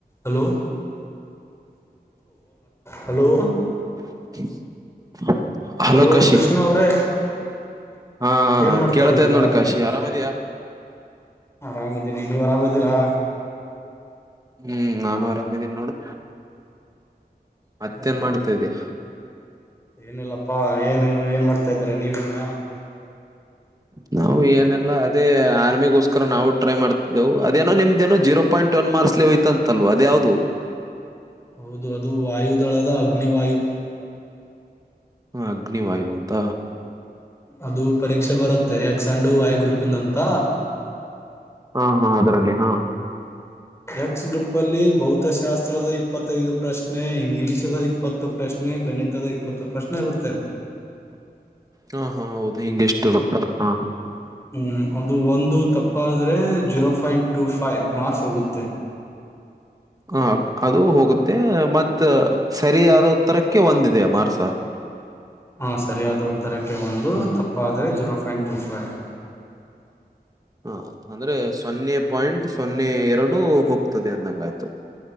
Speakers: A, on the left; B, on the right.
A: Hello hello.
B: <inaudible>
A: Hello
B: Kashi
A: Krishna ಅವ್ರೇ.
B: ಹಾ
A: ಏನ್ ಮಾಡ್ತಾ
B: ಕೇಳ್ತಾ
A: ಇದ್ದೀರಾ
B: ಇದ್ ನೋಡಿ ಕಾಶಿ ಆರಾಮಿದಿಯಾ.
A: ಆರಾಮದೀನಿ ನೀವ್ ಅರಾಮದೀರಾ.
B: ಹ್ಮ್ ನಾನು ಆರಾಮಿದಿನಿ ನೋಡು. ಮತ್ತೇನ್
A: ಮತ್ತೆ
B: ಮಾಡ್ತಾಯಿದಿಯ
A: ಏನಿಲ್ಲಪ್ಪಾ ಏನು ಏನ್ ಮಾಡ್ತಾ ಇದ್ದೀರ ನೀವ ಈಗ
B: ನಾವು ಏನಲ್ಲಾ ಅದೇ ಆರ್ಮಿಗೋಸ್ಕರ ನಾವು ಟ್ರೈ ಮಾಡ್ತಿದ್ದೆವು ಅದೇನೋ ನಿಮ್ದೇಏನೋ ಜೀರೋ ಪಾಯಿಂಟ್. ಟು ಮಾರ್ಸ್ಲಿ ಹಯ್ತಂತಲ್ವಾ ಅದ ಯಾವ್ದು
A: ಹೌದು ಅದು ವಾಯುದೊಳಗ ಅಗ್ನಿವಾಯು
B: ಹ ಅಗ್ನಿವಾಯು ಅಂತ
A: ಅದು ಪರೀಕ್ಷೆ ಬರುತ್ತೆ ಎಕ್ಸ ಅಂಡು ವೈ ಗ್ರೂಪಿಂದಂತ
B: ಹಾ ಹಾ ಅದರಲ್ಲಿ ಹಾ
A: ಎಕ್ಸ್ ಗ್ರೂಪ್ ಅಲ್ಲಿ ಭೌತಶಾಸ್ತ್ರದ ಇಪ್ಪತ್ತೈದು ಪ್ರಶ್ನೆ ಇಂಗ್ಲಿಷದ ಇಪ್ಪತ್ತು ಪ್ರಶ್ನೆ <unintelligible> ಗಣಿತದ ಇಪ್ಪತ್ತು ಪ್ರಶ್ನೆ ಇರುತ್ತೆ
B: ಹಾ ಹಾ ಹೌದು <unintelligible> ಹ
A: ಹ್ಮ್ ಅದು ಒಂದು ತಪ್ಪಾದರೆ zero point two five marks ಹೋಗುತ್ತೆ
B: ಹ ಅದು ಹೋಗುತ್ತೆ ಮತ್ತ್ ಸರಿಯಾದ ಉತ್ತರಕ್ಕೆ ಒಂದಿದೆ ಮಾರ್ಕ್ಸ
A: ಹಾ ಸರಿಯಾದ ಉತ್ತರಕ್ಕೆ ಒಂದು ತಪ್ಪಾದರೆ ಜೀರೋ ಪಫಾಯಿಂಟ್ ಟು ಫೈ <inaudible>
B: ಹಾ ಅಂದ್ರೆ ಸೊನ್ನೆ ಪಾಯಿಂಟ್ ಸೊನ್ನೆ ಎರಡು ಹೋಗ್ತದೆ ಅಂದಂಗಾಯ್ತು